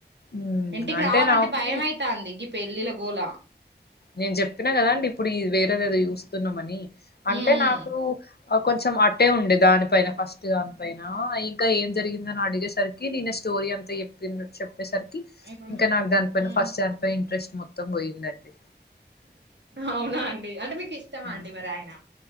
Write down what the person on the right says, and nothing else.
ఇంటికి
రావాలంటె
భయ్మై తాంది గి పెళ్ళిళ్ల గోల
ఉమ్ ఉమ్.
ఇప్పుడు
ఉమ్.
అవునా అండి అంటె మీకిష్టమా
అండి మరి ఆయన